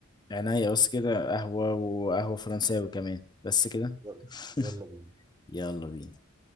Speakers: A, on the left; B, on the right.
A: عناية بس كده قهوة وقهوة فرنساوي كمان بس كده
B: يلا
A: <laughs>
B: يلا بينا
A: يلا بينا